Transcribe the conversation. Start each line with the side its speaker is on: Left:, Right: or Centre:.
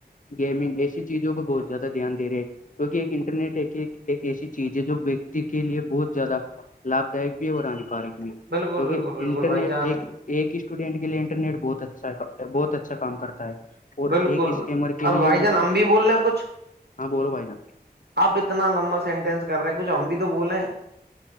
Left: گیمنگ ایسی چیزوں کو بہت زیادہ دھیان دے ہیں <unintelligible> کیونکہ ایک انٹرنیٹ ایک ایک ایسی چیز ہے جو ویکتی کے لیے بہت زیادہ لابھ دائک بھی اور ہانیکارک بھی ہے
Right: بالکل
Left: کیونکہ
Right: بالکل بالکل
Left: انٹرنیٹ
Right: بھائی جان
Left: ایک ایک اسٹوڈینٹ کے لیے انٹرنیٹ بہت اچھا ہے بہت اچھا کام کرتا ہے اور
Right: بالکل
Left: ایک اسکیمر کے
Right: اب
Left: لیے
Right: بھائی
Left: وہ
Right: جان ہم بھی بول رہے ہیں کچھ
Left: ہاں بولو بھائی جان
Right: آپ اتنا لمبا سینٹینس کر رہے ہیں کچھ ہم بھی تو بولولے